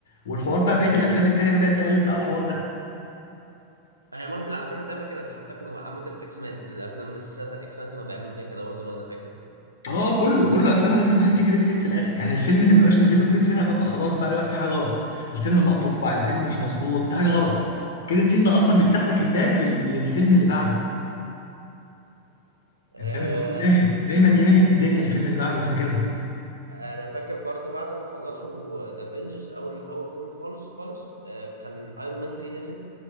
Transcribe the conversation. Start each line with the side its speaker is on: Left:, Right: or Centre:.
Left: والحوار بقى بقية الافلام التانية بدأت تقلد بقى الحوار ده
Right: هي مارفل على فكره تعمل كده ده حتى كانوا عملوا كده في اكس مان الافلام السلسله بتاعت اكس مان كانوا بيعملوا فيها كده برضه لو انا فاكر
Left: اه كله كله افلامها لازم حته كريدت سين في الاخر يعني الفيلم اللي ما بقاش نازل له كريدت سين انا ببقى خلاص بقى لا، في حاجة غلط الفيلم مقطوع الفيلم مش مظبوط في حاجة غلط كريدت سين ده اصلا بيفتح لك الباب لل... للفيلم اللي بعده
Right: امم
Left: يعني فاهم اللي هو بيمهد دايما يمهد الدنيا الفيلم اللي بعده وهكذا
Right: انا فاكر برضو بعد ما خلصوا ذا افنجرز اول اول فيلم خالص خالص آه، كان ايرون مان 3 نزل